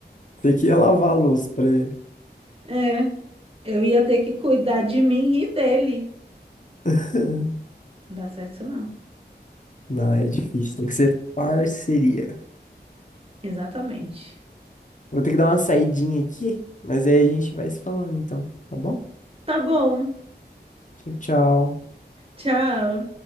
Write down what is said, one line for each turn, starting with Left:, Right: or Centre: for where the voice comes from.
Left: Tem que ia lavar a louça pra ele.
Right: É, eu ia ter que cuidar de mim e dele.
Left: <laughs>
Right: Não dá certo isso não.
Left: Não, é difícil. Tem que ser parceria.
Right: Exatamente.
Left: Vou ter que dar uma saidinha aqui, mas aí a gente vai se falando então, tá bom?
Right: Tá bom.
Left: Tchau, tchau.
Right: Tchau.